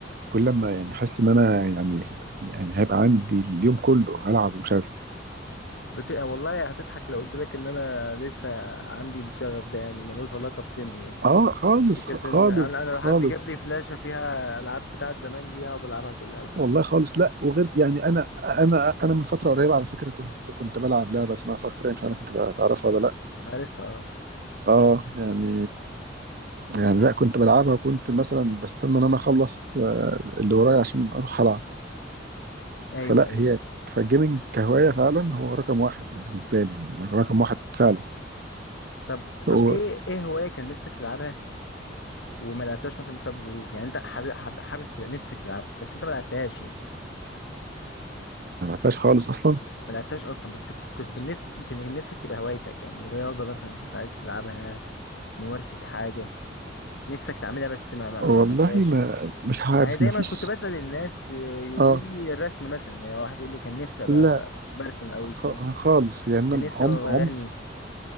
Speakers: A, on the right (about 55°); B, on the left (about 75°).
A: كل لما يعني احس ان انا يعني يعني هيبقى عندي اليوم كله هلعب ومش هزهق
B: بت... والله هتضحك لو قلت لك إن أنا لسه عندي الشغف ده يعني ملوش علاقة بسني يعني
A: اه خالص
B: فكرة
A: خ-
B: إن
A: خالص
B: أنا أنا لو
A: خالص
B: حد جاب لي فلاشة فيها ألعاب بتاعت زمان دي هقعد ألعبها كلها لحد
A: والله
B: دلوقتي
A: خالص لا وغير يعني انا انا انا من فتره قريبه على فكره كنت كنت بلعب لعبه اسمها فار كراي مش عارف انت تعرفها ولا لا
B: عارفها أه
A: اه يعني يعني لا كنت بلعبها وكنت مثلا بستنى ان انا اخلص آه، اللي ورايا عشان اروح العب
B: أيوه
A: فلا
B: أيوه
A: هي فالجيمنج كهوايه فعلا هو رقم واحد بالنسبه لي يعني رقم واحد فعلا
B: طب طب
A: هو
B: إيه إيه هواية كان نفسك تلعبها وما لعبتهاش مثلا بسبب ظروف يعني أنت حابب حابب حابب- نفسك تلعبها بس أنت ما لعبتهاش يعني
A: ما بعتهاش خالص اصلا
B: ما لعبتهاش اصلا بس ك- كنت كان نفس كان كان نفسك تبقى هوايتك يعني رياضه مثلا كنت عايز تلعبها ممارسه حاجه نفسك تعملها بس ما ما,
A: والله
B: ما عملتهاش
A: ما مش عارف
B: يعني دايما
A: ما فيش
B: كنت بسأل الناس بيقولوا
A: اه
B: لي الرسم مثلا يعني واحد يقول لي كان نفسي ابقى
A: لا
B: برسم قوي بتاع
A: خ- خالص يعني انا
B: كان نفسي
A: عمري
B: ابقى بغني
A: عمري